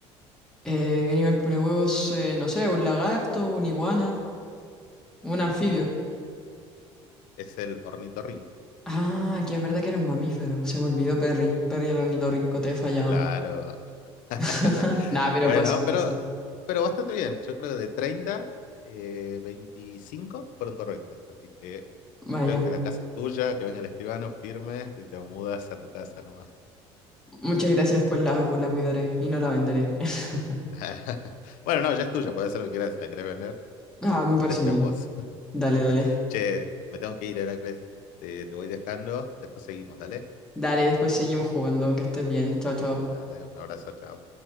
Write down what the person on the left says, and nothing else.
No,
es el ornitorrinco.
Claro. <laughs>
Bueno,
pero, pero bastante bien. Yo creo que de 30 eh, 25 fueron correctas. Así que
creo que la casa es tuya, que venga el escribano, firme y te mudas a tu casa nomás.
<laughs> Bueno, no, ya es tuya, puedes hacer lo que quieras. Si la querés vender,
está,
está
en vos.
<laughs> Che, me tengo que ir, Heracles. Te, te voy dejando. Después seguimos, dale.
Dale, un abrazo, chao.